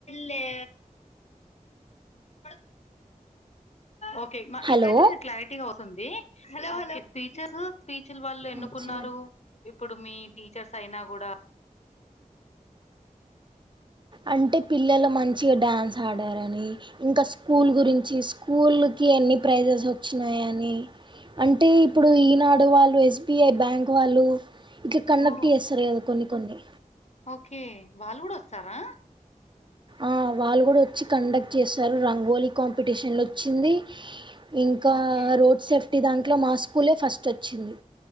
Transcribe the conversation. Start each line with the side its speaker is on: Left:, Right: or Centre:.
Left: లో ఇప్పుడు ఓకే
Right: హలో
Left: ఇప్పుడైతే మీది క్లారిటీగా వ స్తోంది <unintelligible> హాలో హలో టీచర్ టీచలు వాళ్ళు ఎన్నుకున్నారు
Right: వచ్చింది
Left: ఇప్పుడు మీ టీచర్స్ అయినా కూడా
Right: అంటే పిల్లలు మంచిగా డ్యాన్స్ ఆడారని ఇంకా స్కూల్ గురించి స్కూల్ కి ఎన్ని ప్రైజెస్ వచ్చినాయి అని అం అంటే ఇప్పుడు ఈనాడు వాళ్ళు ఎస్ బి ఐ బ్యాంక్ వాళ్ళు ఇట్లా కండక్ట్
Left: ఓ
Right: చేస్తారు కదా కొన్ని కొన్ని
Left: ఓకే వాళ్ళు కూడా వస్తారా
Right: ఆ వాళ్ళు కూడా వచ్చి కండక్ట్ చేస్తారు రంగోలీ కాంపిటీషన్ లో వచ్చింది ఇంకా
Left: ఓకే
Right: రోడ్ సేఫ్టీ దాంట్లో మా స్కూలే ఫస్ట్ వచ్చింది